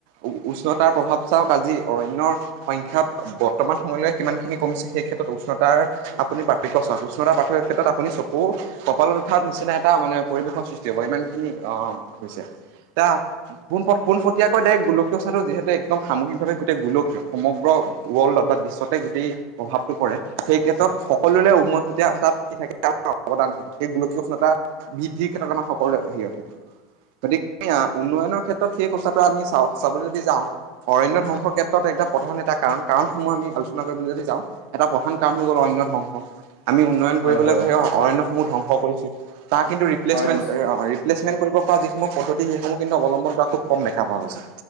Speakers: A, on the right; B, on the left.
A: উ উষ্ণতাৰ প্ৰভাৱ চাওঁক, আজি অৰণ্যৰ সংখ্যা বৰ্তমান সময়লৈ কিমানখিনি কমিছে সেই ক্ষেত্ৰত উষ্ণতাৰ আপুনি পাৰ্থক্য চাওঁক। উষ্ণাতাৰ পাৰ্থক্যৰ ক্ষেত্ৰত আপুনি চ কু কপালত উঠাত নিচিনা এটা মানে পৰিৱেশৰ সৃষ্টি হ'ব, ইমান খিনি অ' হৈছে। তিয়া পোন পোনপটীয়াকৈ ডাইৰেক্ট গোলকীয় উষ্ণতাটো যিহেতু একদম সামগিকভাৱে গোটেই গোলকীয়। সমগ্ৰ ৱৰ্ল্ডত বা বিশ্বতে গোটেই প্ৰভাৱটো পৰে। সেই ক্ষেত্ৰত সকলোৰে উমৈহতীয়া তাত কি থাকে অৱদান থাকে। সেই গোলকীয় উষ্ণতা বৃদ্ধিৰ ক্ষেত্ৰত আমাৰ সকলোৰে হেৰিয়াত থাকে। গতিকে উন্নয়নৰ ক্ষেত্ৰত সেই কথাটো আমি চাওঁ চাবলৈ যদি যাওঁ অৰণ্য ধ্বংসৰ ক্ষেত্ৰত একদম প্ৰধান এটা কাৰণ। কাৰণসমূহ আমি আলোচনা কৰিবলৈ যদি যাওঁ এটা প্ৰধান কাৰণ হৈ গ'ল অৰণ্য ধ্বংস, আমি উন্নয়ন কৰিবলৈ
B: হয় হয়
A: গৈ সেই অৰণ্যসমূহ ধ্বংস কৰিছোঁ। তাৰ কিন্তু ৰিপ্লেচমেণ্ট
B: হয় নিশ্চয়
A: প্লেচমেণ্ট কৰিব পৰা যিসমূহ পদ্ধতি সেইসমূহ কিন্তু অৱলম্বন কৰা খুব ক'ম দেখা পোৱা গৈছে।